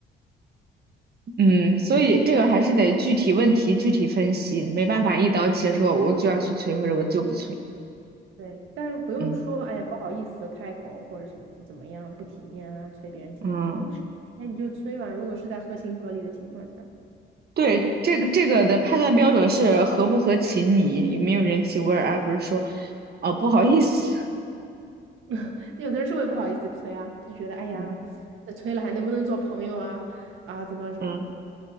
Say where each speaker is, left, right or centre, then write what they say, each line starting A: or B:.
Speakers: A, on the right; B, on the right.
A: 嗯，所以这个还是得具体问题具体分析，没办法一刀切说我就要去催或者我就不催，
B: 对，但是不用说，
A: 嗯
B: 哎呀，不好意思开口或者什么怎么样不体面啊，催别人钱，
A: 嗯，
B: 那你就催吧。如果是在合情合理的情况下。
A: 对，这个这个的判断标准是合不合情理，有没有人情味儿，而不是说哦不好意思，
B: <laughs> 有的人是会不好意思催啊，就觉得哎呀，
A: 嗯
B: 那催了还能不能做朋友啊？啊，怎么什么？
A: 嗯，